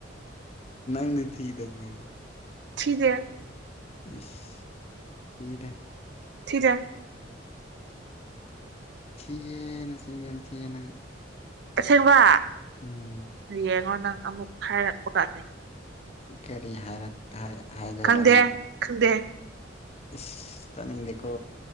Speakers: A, on the left; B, on the right.
A: ꯅꯪꯗꯤ ꯊꯤꯗꯕ꯭ꯔꯣ
B: ꯊꯤꯗꯦ
A: ꯏꯁ ꯊꯤꯗ‌ꯦ
B: ꯊꯤꯗ‌ꯦ
A: ꯊꯤꯌꯦ ꯅꯆꯤꯟ ꯌꯥꯝ ꯌꯥꯝ ꯊꯤꯌꯦ ꯅꯪ
B: ꯑꯁꯦꯡꯕ
A: ꯎꯝ
B: ꯌꯦꯡꯉꯣ ꯅꯪ ꯑꯃꯨꯛ ꯍꯥꯏꯔꯛꯄ ꯀꯥꯟꯅꯤ
A: ꯀꯔꯤ ꯍꯥꯏꯔꯛ ꯍꯥꯏ ꯍꯥꯏꯗꯣꯏꯕ
B: ꯈꯪꯗꯦ
A: ꯑꯩꯅ
B: ꯈꯪꯗꯦ
A: ꯏꯁ ꯇꯅꯤꯡꯗꯤꯀꯣ